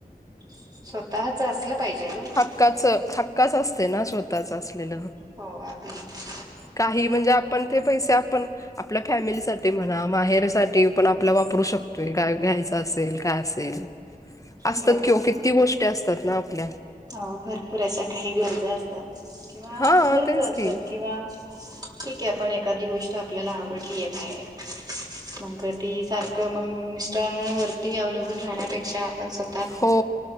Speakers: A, on the right (about 25°); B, on the left (about 20°).
A: स्वतःच असलं पाहिजेलो.
B: हकाच हक्काच असते ना स्वतःच असलेलं.
A: हो अगदी
B: काही म्हणजे आपण ते पैसे आपण आपल्या फॅमिलीसाठी म्हणा माहेरसाठी पण आपलं वापरू शकतोय घ्यायचं असेल काय असेल. असतात
A: बरोबर
B: किं ओ किती गोष्टी असतात ना आपल्या.
A: हो भरपूर अशा काही गरजा असतात किंवा
B: हा
A: खर्च
B: तेच
A: असतात
B: की
A: किंवा ठीक आहे पण एखादी गोष्ट आपल्याला आवडलीय बाहेर मंग ती सारखं मग मिस्टरां वरती अवलबून राहण्यापेक्षा आपण स्व
B: हो